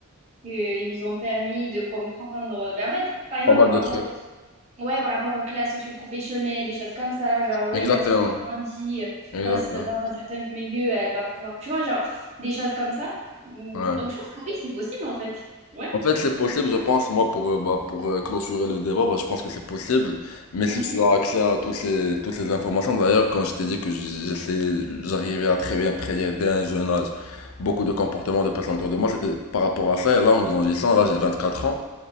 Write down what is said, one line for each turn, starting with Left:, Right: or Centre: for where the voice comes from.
Right: que ils nous ont permis de comprendre. euh, Ben, en fait, par exemple,
Left: Pas mal
Right: par
Left: de
Right: rapport
Left: trucs.
Right: aux, ouais, par rapport aux classes socioprofessionnelles, des choses comme ça, genre, ouais,
Left: Exactement.
Right: une personne qui grandit euh,
Left: Exactement.
Right: dans, ce- dans un certain milieu, elle va pouvoir, tu vois, genre, des choses comme ça. Mm,
Left: Ouais.
Right: Donc, je pense que oui, c'est possible, en fait. Ouais.
Left: En fait, c'est possible, je pense, moi, pour, euh, bah, pour euh, clôturer le débat, bah, je pense que c'est possible. Mais
Right: Mhm.
Left: si tu as accès à toutes ces, toutes ces informations, d'ailleurs, quand je t'ai dit que j'essayais, j'arrivais à très bien prédire dès un jeune âge beaucoup de comportements de personnes autour de moi, c'était par rapport à ça. Et là, en grandissant, là, j'ai 24 ans.